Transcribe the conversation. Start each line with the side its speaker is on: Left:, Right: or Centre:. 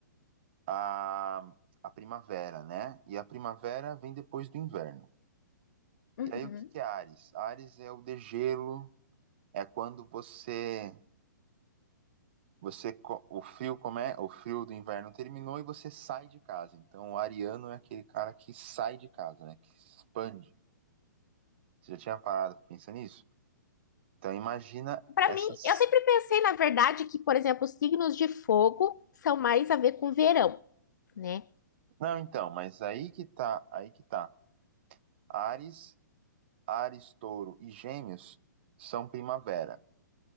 Right: a, a primavera, né? E a primavera vem depois do inverno.
Left: Uhum.
Right: E aí, o que que é Ares? Ares é o degelo, é quando você Você o frio como é, o frio do inverno terminou e você sai de casa. Então o ariano é aquele cara que sai de casa, né? Que expande. Você já tinha parado pra nisso? Então imagina
Left: Para
Right: essas.
Left: mim, eu sempre pensei, na verdade, que, por exemplo, os signos de fogo são mais a ver com verão, né?
Right: Não, então, mas aí que tá, aí que tá. Ares, Ares, Touro e Gêmeos são primavera.